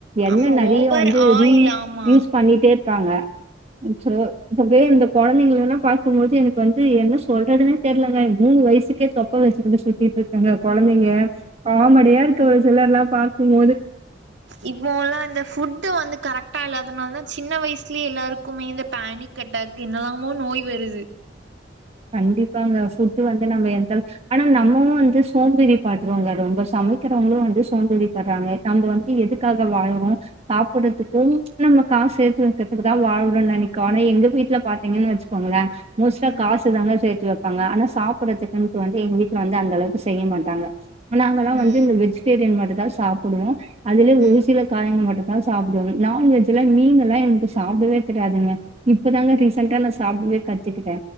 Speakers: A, on the right; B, on the right.
A: எண்ண
B: ஆமா
A: நறைய
B: ஓவர்
A: வந்து
B: ஆயில்
A: ரீ
B: ஆமா
A: யூஸ் பண்ணிட்டே இருப்பாங்க அச்சோ இப்பவே இந்த குழந்தைங்கல்லா பாக்கும்போது எனக்கு வந்து என்ன சொல்றதுனே தெரிலங்க மூணு வயசுக்கே தொப்ப வச்சுக்கிட்டு சுத்திட்டு இருக்குங்க கொழந்தைங்க காமடியா இருக்கு ஒரு சிலர்ல்லா பாக்கும்போது
B: இப்போல்லா இந்த ஃபுட்டு வந்து கரெக்ட்டா இல்லாதனால தா சின்ன வயசுலேயே எல்லாருக்குமே இந்த பேனிக் கட்டாக்கு என்னலாமோ நோய் வருது
A: கண்டிப்பாங்க ஃபுட்டு வந்து நம்ம எந்த அளவு ஆனா நம்மமு வந்து சோம்பேறி படுறோங்க ரொம்ப சமைக்கிறவுங்களு வந்து சோம்பேறி படுறாங்க நம்ப வந்து எது க்காக வாழறோ சாப்டுறதுக்கு நம்ம காசு சேத்து வைக்கிறதுக்குதா வாழணுன் நெனைக்கு ஆனா எங்க வீட்ல பாத்தீங்கன்னு வச்சு க்கோங்ளா மோஸ்ட்டா
B: ம்
A: காசு தாங்க சேத்து வைப்பாங்க ஆனா சாப்படுறதுக்குன்ட்டு வந்து எங்க வீட்ல வந்து அந்த அளவுக்கு செய்ய மாட்டாங்க இப்ப நாங்களல்லா
B: ம்
A: வந்து இந்த வெஜிடேரியன் மட்டு தா சாப்புடுவோ அதுலே ஒரு
B: ம்
A: சில காயிங்க மட்டுத்தா சாப்டுவோமே நான்வெஜ்ஜுல மீனெல்லா எங்க்கு சாப்டவே தெரியாதுங்க இப்பதாங்க ரீசண்ய்டா நா சாப்டவே கத்துக்கிட்டே